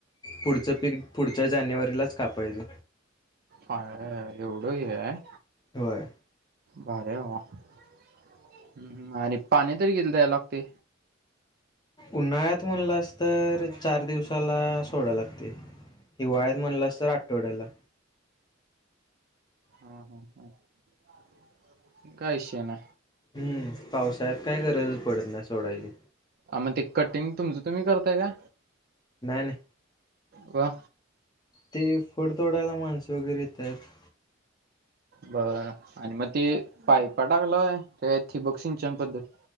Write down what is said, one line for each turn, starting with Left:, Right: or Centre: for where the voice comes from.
Left: पुढचं पीक पुढच्या जानेवारीलाच कापायच
Right: अया या या एवढं हे आहे.
Left: होय
Right: भारी हे बाबा आणि पाणी तरी किती वेळेला द्यायला लागतय?
Left: उन्हाळ्यात म्हणलास तर चार दिवसाला सोडा लागतय हिवाळ्यात म्हणलंस तर आठवड्याला
Right: हा ह ह काय इशय ना
Left: हम्म पावसाळ्यात काय गरजच पडत नाय सोडायची.
Right: अ मग ते कटिंग तुमचं तुम्ही करताय का?
Left: नाही नाही.
Right: व्वा
Left: ते फोडतोडायला माणसं वगैरे येतायेत
Right: बर आणि मग ते पायपा टाकलय का थिबक सिंचन पद्धत